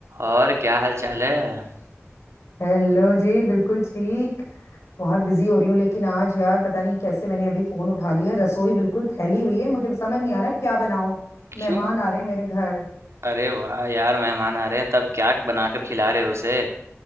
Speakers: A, on the right; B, on the left.
A: और क्या हाल चाल है
B: हेलो जी बिल्कुल ठीक बहुत बिजी हो रही हूँ लेकिन आज यार पता नहीं कैसे मैंने अभी फोन उठा लिया रसोई बिल्कुल फैली हुई है मुझे समझ नहीं आ रहा क्या बनाऊं
A: क्यों
B: मेहमान आ रहे हैं मेरे घर
A: अरे वाह यार मेहमान आ रहे हैं तब क्या बनाकर खिला रहे हो उसे